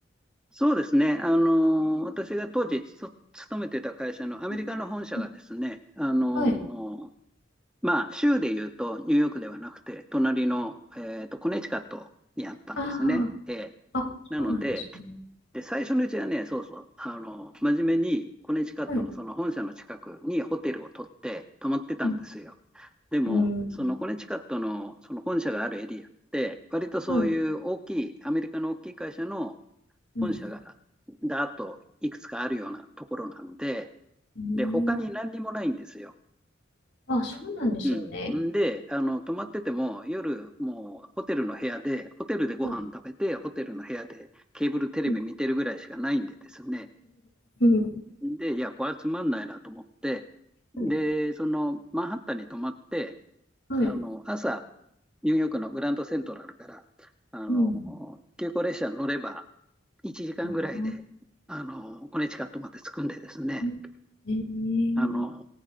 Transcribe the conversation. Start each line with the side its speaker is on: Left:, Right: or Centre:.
Centre: そうですね。あの、私が当時つ勤めてた会社のアメリカの本社がですね、
Left: うんうん
Centre: あの、
Left: はい。
Centre: まあ、州でいうとニューヨークではなくて、隣の、えっと、コネチカットにあったんですね。
Left: あ
Centre: ええ
Left: あ、あ、
Centre: なので、
Left: そうなんですね。
Centre: で、最初のうちはね、そうそう、あの、真面目に、コネチカットのその本社の近くにホテルを取って泊まってたんですよ。
Left: はい。うん。
Centre: でも、
Left: うん。
Centre: そのコネチカットのその本社があるエリアって、割とそういう大きい、
Left: はい。
Centre: アメリカの大きい会社の
Left: うん。
Centre: 本社が、だーっといくつかあるようなところなんで、
Left: うん
Centre: で、他に何にもないんですよ。
Left: あ、そうなんですね。
Centre: うん。で、あの、泊まってても、夜、もうホテルの部屋で、ホテルでご飯食べて、
Left: うん、
Centre: ホテルの部屋でケーブルテレビ見てるぐらいしかないんでですね。
Left: うん、うん、
Centre: で、いや、これはつまんないなと思って、
Left: うんはい。
Centre: で、その、マンハッタンに泊まって、
Left: はい。
Centre: あの、朝、ニューヨークのグランドセントラルから、あの、
Left: うん。
Centre: 急行列車に乗れば、1時間ぐらいで、
Left: あ
Centre: あの、コネチカットまで着くんでですね。
Left: ーえー、
Centre: あの、